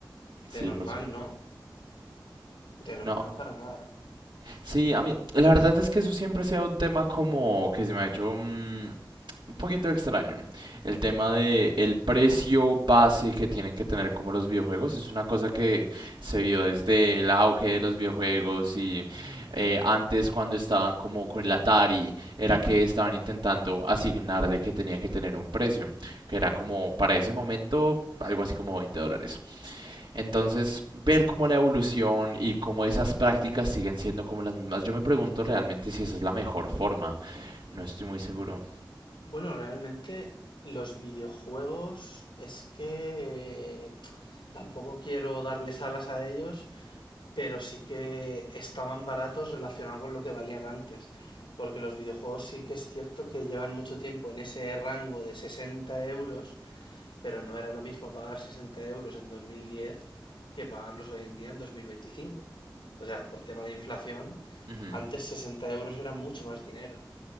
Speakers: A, on the left (about 90°); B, on the right (about 80°).
A: de
B: Sí,
A: normal
B: por supuesto.
A: no, de normal
B: No,
A: para nada.
B: sí, a mí, la verdad es que eso siempre ha sido un tema como que se me ha hecho, mm, poquito extraño. El tema de el precio base que tienen que tener como los videojuegos es una cosa que se vio desde el auge de los videojuegos y eh, antes cuando estaban como con el Atari era que estaban intentando asignarle que tenía que tener un precio, que era como para ese momento algo así como 20 dólares. Entonces, ver cómo la evolución y cómo esas prácticas siguen siendo como las mismas, yo me pregunto realmente si esa es la mejor forma. No estoy muy seguro.
A: Bueno, realmente los videojuegos es que tampoco quiero darles alas a ellos, pero sí que estaban baratos relacionado con lo que valían antes. Porque los videojuegos sí que es cierto que llevan mucho tiempo en ese rango de 60 euros, pero no era lo mismo pagar 60 euros en 2010 que pagarlos hoy en día en dos mil veinticinco, O sea, por tema de inflación,
B: Ujú.
A: antes
B: Uf,
A: 60 euros era mucho más dinero.